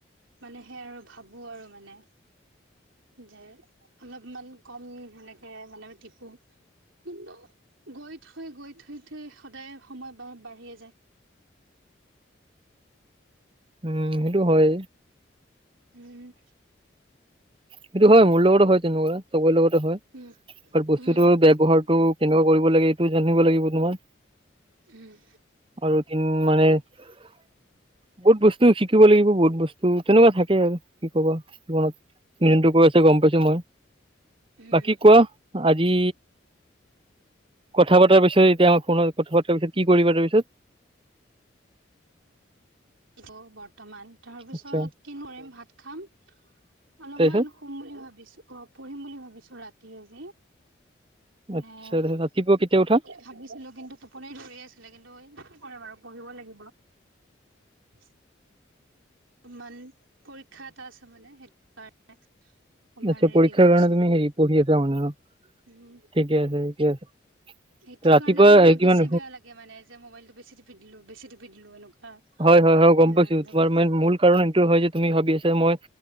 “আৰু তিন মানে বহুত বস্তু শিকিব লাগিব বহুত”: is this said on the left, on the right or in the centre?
Right